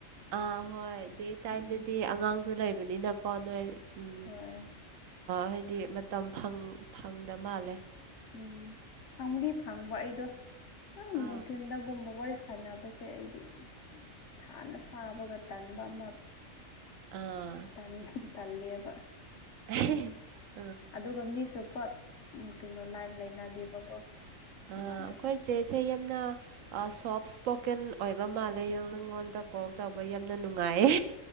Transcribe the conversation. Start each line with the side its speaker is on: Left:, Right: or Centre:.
Right: ꯑꯥ ꯍꯣꯏ ꯗꯩ ꯇꯥꯏꯝꯗꯗꯤ
Left: ꯎꯝ
Right: ꯑꯉꯥꯡꯁꯨ ꯂꯩꯕꯅꯤꯅꯀꯣ ꯅꯣꯏ ꯎꯝ
Left: ꯍꯣꯏ
Right: ꯍꯥꯏꯗꯤ ꯃꯇꯝ ꯐꯪꯗ ꯃꯥꯜꯂꯦ
Left: ꯎꯝ ꯐꯪꯗꯤ ꯐꯪꯕ ꯑꯩꯗꯣ ꯎꯪ
Right: ꯑꯥ
Left: ꯅꯨꯡꯊꯤꯟꯗꯒꯨꯝꯕ ꯋꯥꯔꯤ ꯁꯥꯟꯅꯕꯁꯦ ꯑꯩꯗꯤ ꯁꯥꯅ ꯁꯥꯕꯒ ꯇꯟꯕ ꯑꯃ
Right: ꯑꯥ
Left: ꯇꯟ ꯇꯜꯂꯤꯂꯤꯌꯥꯕ
Right: <unintelligible>
Left: ꯑꯗꯨꯒ ꯃꯤꯁꯨ ꯄꯛ ꯀꯩꯅꯣ ꯂꯥꯏꯟ ꯂꯩꯅꯗꯦꯕꯀꯣ ꯗꯨꯀꯥꯟꯗꯁꯦ
Right: ꯑ ꯑꯩꯈꯣꯏ ꯆꯦꯁꯦ ꯌꯥꯝꯅ ꯁꯣꯐ ꯏꯁꯄꯣꯀꯦꯟ ꯑꯣꯏꯕ ꯃꯥꯜꯂ ꯑꯗ ꯅꯪꯉꯣꯟꯗ ꯀꯣꯜ ꯇꯧꯕ ꯌꯥꯝꯅ ꯅꯨꯡꯉꯥꯏꯌꯦ